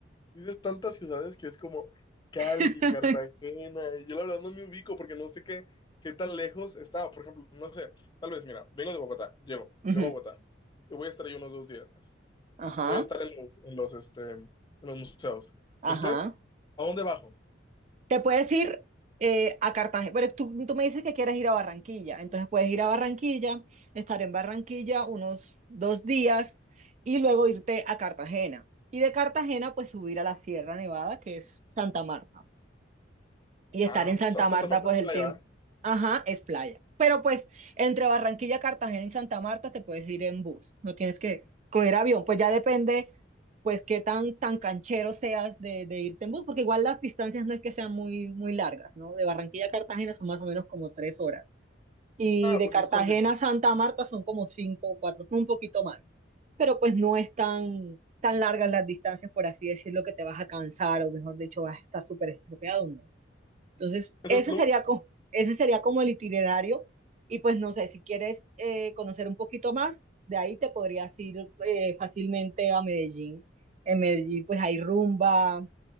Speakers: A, on the left; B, on the right.
A: dices tantas ciudades que es como Cali,
B: <laughs>
A: Cartagena, y yo la verdad no me ubico porque no sé qué, qué tan lejos está. Por ejemplo, no sé, tal vez, mira, vengo de Bogotá, llego,
B: ujú,
A: llego a Bogotá, y voy a estar ahí unos dos días,
B: Ajá,
A: voy a estar en los, en los, este, en los museos.
B: ajá.
A: Después, ¿a dónde bajo?
B: Te puedes ir eh, a Cartagena, pero tú, tú me dices que quieres ir a Barranquilla, entonces puedes ir a Barranquilla, estar en Barranquilla unos dos días y luego irte a Cartagena. Y de Cartagena, pues subir a la Sierra Nevada, que es Santa Marta. Y estar
A: Ah,
B: en Santa
A: Sa- Santa
B: Marta,
A: Marta
B: pues
A: es playa,
B: el tiempo,
A: ¿va?
B: ajá, es playa. Pero pues entre Barranquilla, Cartagena y Santa Marta te puedes ir en bus, no tienes que coger avión, pues ya depende, pues qué tan, tan canchero seas de, de irte en bus, porque igual las distancias no es que sean muy, muy largas, ¿no? De Barranquilla a Cartagena son más o menos como tres horas. Y
A: Ah,
B: de
A: pues
B: Cartagena
A: es cortito.
B: a Santa Marta son como cinco o cuatro, son un poquito más. Pero pues no es tan, tan largas las distancias, por así decirlo, que te vas a cansar o mejor dicho, vas a estar súper estropeado, no. Entonces,
A: Pero
B: ese
A: lo-
B: sería como, ese sería como el itinerario. Y pues no sé, si quieres eh, conocer un poquito más, de ahí te podrías ir eh, fácilmente a Medellín. En Medellín pues hay rumba,